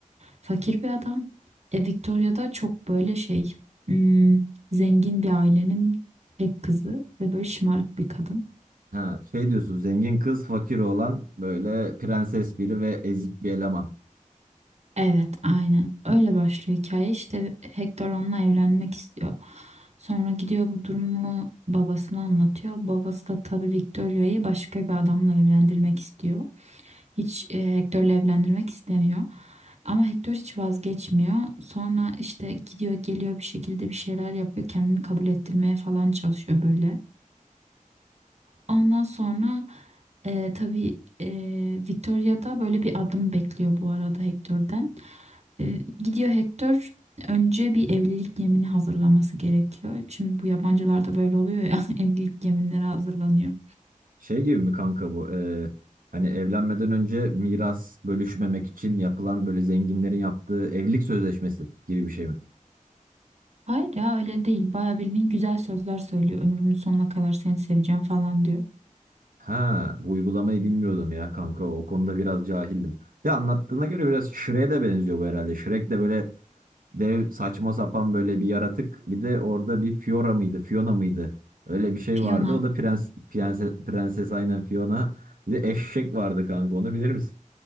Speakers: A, on the right; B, on the right.
A: Fakir bir adam. E, Victoria da çok böyle şey hmm, zengin bir ailenin tek kızı ve böyle şımarık bir kadın.
B: Ha, şey diyorsun zengin kız fakir oğlan böyle prenses biri ve ezik bir eleman.
A: Evet, aynen. Öyle başlıyor hikaye. İşte Hector onunla evlenmek istiyor. Sonra gidiyor bu durumu babasına anlatıyor. Babası da tabii Victoria'yı başka bir adamla evlendirmek istiyor. Hiç e, Hector'la evlendirmek istemiyor. Ama Hector hiç vazgeçmiyor. Sonra işte gidiyor geliyor bir şekilde bir şeyler yapıyor. Kendini kabul ettirmeye falan çalışıyor böyle. Ondan sonra e, tabii e, Victoria da böyle bir adım bekliyor bu arada Hector'den. E, gidiyor Hector önce bir evlilik yemini hazırlaması gerekiyor. Şimdi bu yabancılarda böyle oluyor ya <laughs> evlilik yeminleri hazırlanıyor.
B: Şey gibi mi kanka bu? Ee, hani evlenmeden önce miras bölüşmemek için yapılan böyle zenginlerin yaptığı evlilik sözleşmesi gibi bir şey mi?
A: Hayır ya öyle değil. Bayağı bildiğin güzel sözler söylüyor. Ömrümün sonuna kadar seni seveceğim falan diyor.
B: Ha, bu uygulamayı bilmiyordum ya kanka. O konuda biraz cahildim. De anlattığına göre biraz Shrek'e de benziyor bu herhalde. Shrek de böyle dev saçma sapan böyle bir yaratık. Bir de orada bir Fiora mıydı? Fiona mıydı? Öyle bir şey
A: Fiona.
B: vardı. O da prens, prenses, prenses aynen Fiona. Bir de eşek vardı kanka. Onu bilir misin?